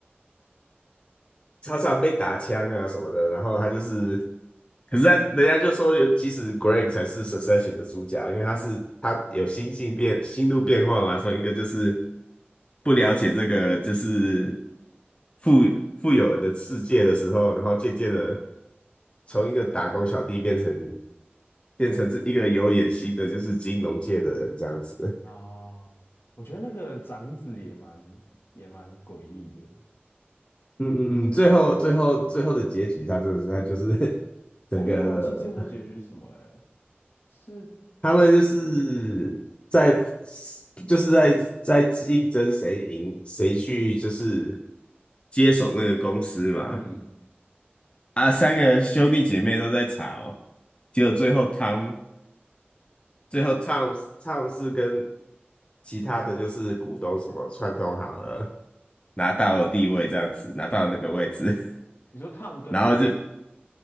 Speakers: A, on the left; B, on the left.
A: 常常被打枪啊什么的。然后他就是，可是他人家就说有，其实 Greg 才是 Succession 的主角，因为他是他有心性变心路变化嘛，从一个就是。不了解这个就是富富有的世界的时候，然后渐渐的从一个打工小弟变成变成是一个有野心的，就是金融界的人这样子。
B: 啊，我觉得那个长子也蛮也蛮诡异的，
A: 嗯嗯嗯，
B: 嗯
A: 最后最后最后的结局，他真的是他就是 <laughs> 整个
B: 我有点忘记最后结局是什么嘞。是，
A: 他们就是在就是在在竞争谁赢谁去就是接手那个公司嘛。
B: 嗯，
A: 啊，三个兄弟姐妹都在吵，结果最后汤最后唱唱是跟其他的就是股东什么串通好了，拿到地位这样子，拿到那个位置，
B: 你说 Tom
A: <laughs>
B: 跟什么
A: 然后就